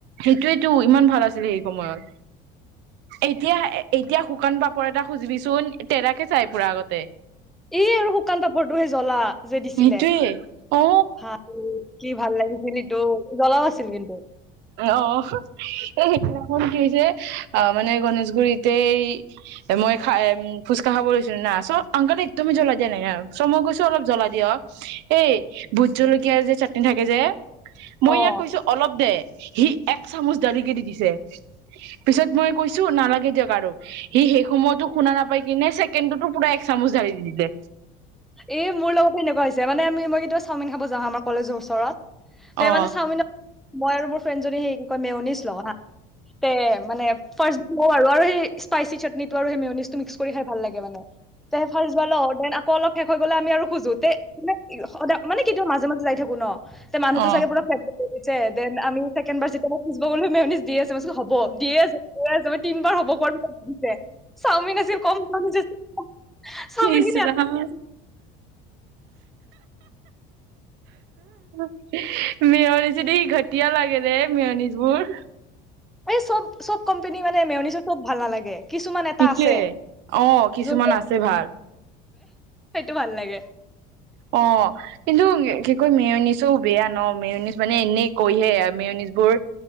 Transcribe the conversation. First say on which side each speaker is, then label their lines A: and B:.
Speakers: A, on the right; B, in the centre.
A: সেইটোৱেটো ইমান ভাল আছিলে সেই সময়ত এতিয়া এতিয়া শুকান পাপৰ এটা খুজিবিচোন তেৰাকে চাই পুৰা আগতে
B: এই আৰু শুকান পাপৰটোহে জ্বলা যে দিছিলে
A: সেইটোয়ে অ
B: ভাল কি ভাল লাগিছিল ইটো জ্বলাও আছিল কিন্তু
A: অ এই সেইদিনাখন যে কি হৈছে আহ মানে গনেশগুৰিতে মই খাই ফুচকা খাব লৈছিলো না চ আংকলে একদম জ্বলা দিয়া নাই ন চ মই কৈছো অলপ জ্বলা দিয়ক এই ভোট জলকীয়া যে চাটনি থাকে যে মই
B: অ
A: ইয়াক কৈছো অলপ দে সি এক চামুচ ঢাৰি দি দিছে পিছত মই কৈছো নালাগে দিয়ক আৰু সি সেই সময়তো শুনা নাপাই কিনে ছেকেণ্ডতো পুৰা এক চামুচ ঢাৰি দি দিলে
B: এই মোৰ লগত এনেকুৱা হৈছে মানে আমি মই কেতিয়াবা চাওমিন খাব যাওঁ আমাৰ কলেজৰ ওচৰত তই
A: অ
B: মানে চাওমিনৰ মই আৰু মোৰ ফ্ৰেডজনী মোক কয় মেউনিছ ল হা তে মানে ফাৰ্ষ্ট ল আৰু আৰু সেই স্পাইচি চাটনিটো আৰু সেই মেনিজটো মিক্স কৰি খাই ভাল লাগে মানে ত ফাৰবাল অ অলপ শেষ হৈ গ'লে আমি আৰু খোজোতে মান-সদ-মানে কিতিয়া মাজে, মাজে যায় থাকো ন? তে, মানুহটো
A: অ
B: চাগে পুৰা <unintelligible> <unintelligible> দেন আমি ছেকেণ্ড বাৰ <unintelligible> <unintelligible> <unintelligible>
A: ইচ ৰাম <unintelligible> তিয়া লাগে ৰে, মেঅণিজবোৰ
B: এই চব, চব কোম্পানী মানে মেওনিজত মোক ভাল নালাগে। কিছুমান এটা
A: সেইটোৱে
B: আছে
A: অ', কিছুমান
B: যোনটো
A: আছে ভাল
B: সেইটো ভাল লাগে
A: অ', কিন্তু কি কয় মিয়নিচ চ বেয়া ন? মেয়নিজ মানে এনেই কৈহে আৰু মেয়নিছ বোৰ